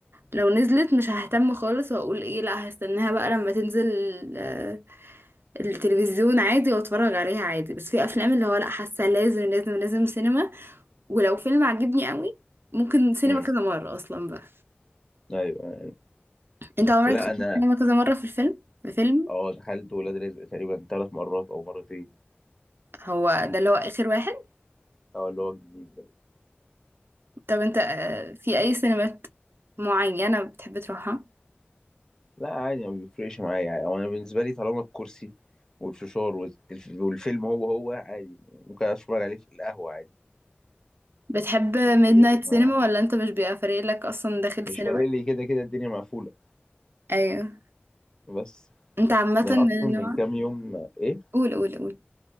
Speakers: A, on the right; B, on the left.
A: لو نزلت مش ههتم خالص واقول ايه لا هستناها بقى لما تنزل آه، التلفزيون عادي واتفرج عليها عادي بس في افلام اللي هو لا حاسة لازم لازم لازم سينما ولو فيلم عجبني قوي ممكن سينما
B: امم
A: كذا مرة اصلا بقى
B: ايوه أيوة.
A: انت عمرك
B: لا
A: دخلت
B: انا
A: السينما كذا مرة في الفيلم في فيلم
B: اه دخلت ولاد رزق تقريبا ثلاث مرات او مرتين
A: هو ده اللي هو آخر واحد
B: اه اللي هو الجديد ده
A: طب انت آه، في أي سينمات معينة بتحب تروحها
B: لا عادي ما بيفرقش معايا يعني أو انا بالنسبه لي طالما الكرسي والفشار والتلف- والفيلم هو هو عادي ممكن اتفرج عليه في القهوه عادي
A: بتحب ميد
B: ما بيفرقش
A: نايت
B: معايا
A: سينما ولا انت مش بيبقى فارق لك أصلا داخل
B: مش
A: سينما
B: فارق لي كده كده الدنيا مقفوله
A: أيوه
B: بس
A: انت عامة
B: ده انا
A: من
B: اصلا
A: النوع
B: من كام يوم ايه
A: قول قول قول